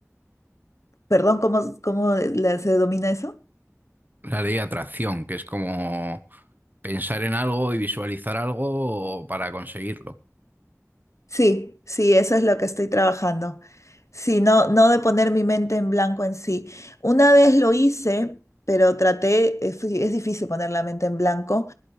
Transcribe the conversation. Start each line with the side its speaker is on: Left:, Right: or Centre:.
Left: Perdón, ¿cómo, cómo le- se domina eso?
Right: La ley de atracción, que es como pensar en algo y visualizar algo para conseguirlo.
Left: Sí, sí, eso es lo que estoy trabajando. Sí, no, no de poner mi mente en blanco en sí. Una vez lo hice, pero traté, es, es difícil poner la mente en blanco,